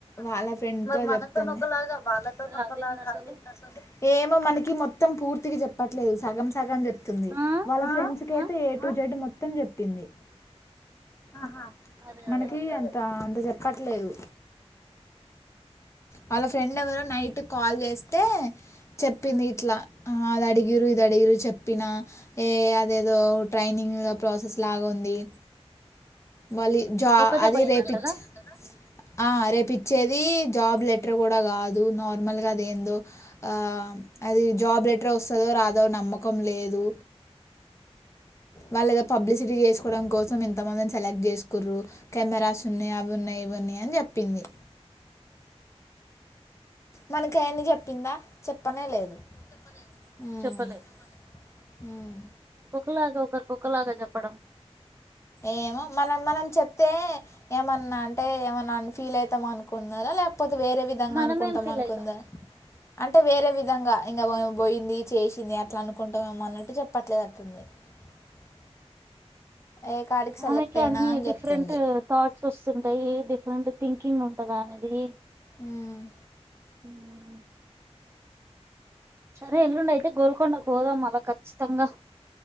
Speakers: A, on the left; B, on the right.
A: వాళ్ళ ఫ్రెండ్తో చెప్తుంది మనతోని ఒకలాగ వాళ్ళతోని ఒకలాగా
B: అదేంది అసలు
A: అదేంటి అస్సలు ఏమో మనకి మొత్తం పూర్ ర్తిగ చెప్పట్లేదు సగం సగం చెప్తుంది
B: ఆ
A: వాళ్ళ ఫ్రెండ్స్ కి అయితె
B: ఆ?
A: ఏ టు జెడ్ మొత్తం చెప్పింది ఆహా
B: అదే
A: మనకి
B: అదే
A: అంత అ జేప్పట్లేదు వాళ్ళ ఫ్రెండ్ ఎవరో నైట్ కాల్ చేస్తే చెప్పింది
B: ఆ.
A: ఇట్లా అది అడిగిరు ఇది అడిగిరు చెప్పినా ఏ అదేదో ట్రైనింగ్ ప్రాసెస్ లాగా ఉం ది వాళ్ళీ జా
B: ఒకదే
A: అది
B: పోయిందంటారా
A: రేపిచ్చి అ రేపు ఇచ్చేది జాబ్ లెటర్ కూడా కాదు నార్మల్గా అదేందో ఆ అది జాబ్ లెటర్ వస్తాదో రాదో నమ్మకం లేదు వాళ్ళు ఏదో పబ్లిసిటీ చేసుకోవడం కోసం ఇంతమందిని సెలెక్ట్ జేస్కుర్రు కెమెరాస్ ఉన్నాయి అవి ఉన్నాయి ఇవి ఉన్నాయి అని జెప్పింది మనకి అయన్ని జేప్పిందా చెప్పనే లేదు చెప్పలేదు మ్మ్
B: చెప్పలేదు
A: చెప్పదు మ్మ్
B: ఒకలాగా ఒకరికొకలాగా చెప్పడం
A: ఏమో మనం మనం చెప్తే ఏమన్నా అంటే ఏమన్నా ఫీల్ అవుతాము అనుకున్నారా లేక పోతే వేరే విధంగా
B: మనమేం
A: అనుకుంటాం
B: ఫీల్
A: అనుకుందా
B: అవుతాం
A: అంటే వేరే విధంగా ఇంకా పరువు బోయింది చేసింది అట్లా అనుకుంటామేమో అన్నట్టు చెప్పట్లేదు అట్టుంది <unintelligible> ఏ కాడికి సెలెక్ట్
B: ఆమెకి
A: అయినా
B: అన్ని
A: అని
B: డిఫరెంట్
A: చెప్తుంది
B: థాట్స్ వస్తుంటాయి డిఫరెంట్ థింకింగ్ ఉంటాది ఆమెది
A: ఉమ్
B: ఉమ్ సరే ఎల్లుండి అయితే గోల్కొండకు పోదాం మళ్ళ ఖచ్చితంగా